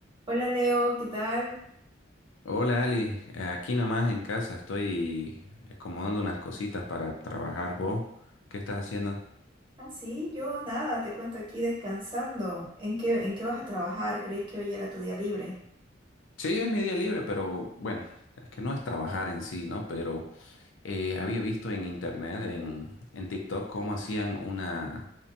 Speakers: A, on the right (about 25°); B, on the left (about 85°).
A: Hola Leo, ¿qué tal?
B: Hola Ali, aquí nomás en casa estoy acomodando unas cositas para trabajar. ¿Vos qué estás haciendo?
A: Ah, sí, yo nada, te cuento aquí descansando. ¿En qué, en qué vas a trabajar? Creí que hoy era tu día libre.
B: Sí, es mi día libre, pero bueno, es que no es trabajar en sí, ¿no? Pero eh, había visto en internet, en, en TikTok, cómo hacían una